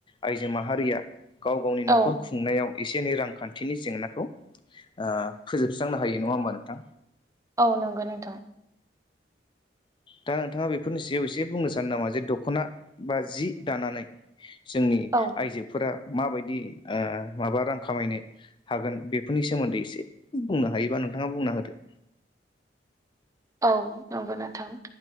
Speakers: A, on the left (about 25°); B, on the right (about 20°).
A: आइजो माहारिया गाव गावनि नखर
B: औ
A: खुंनायाव एसे एनै रांखान्थि थिनि जेंना खौ ओ फोजोबस्रांनो हायो नङा होमबा नोंथां।
B: औ नंगौ नोंथा।
A: दा नोंथाङा बेफोरनि सायाव एसे बुंनो सानो नामा जे दखना बा जि दानानै। जोंनि
B: औ
A: आइजोफोरा माबायदि ओ माबा रां खामायनो हागोन बेफोरनि सोमोन्दै एसे बुंनो हायोबा नोंथाङा बुंना होदो।
B: औ नंगौ नोंथां।